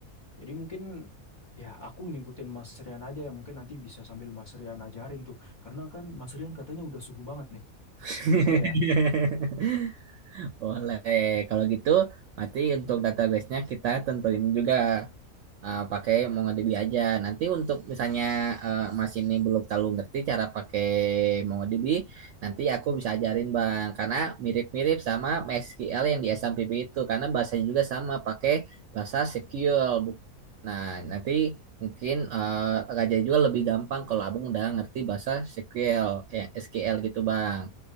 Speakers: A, on the left; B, on the right.
A: Jadi mungkin ya aku ngikutin Mas Rian aja ya mungkin nanti bisa sambil Mas Rian ajarin tuh. Karena kan Mas Rian katanya udah suhu banget nih.
B: <laughs>
A: Boleh ya?
B: Boleh. Kalau gitu, nanti untuk database-nya kita tentuin juga eh, pakai MongoDB aja. Nanti untuk misalnya eh, Mas ini belum terlalu ngerti cara pakai MongoDB, nanti aku bisa ajarin Bang. Karena mirip-mirip sama MySQL yang di SMPP itu. Karena bahasanya juga sama, pakai bahasa SQL. Bu- Nah, nanti mungkin eh Raja juga lebih gampang kalau Abang udah ngerti bahasa SQL, kayak SQL gitu Bang.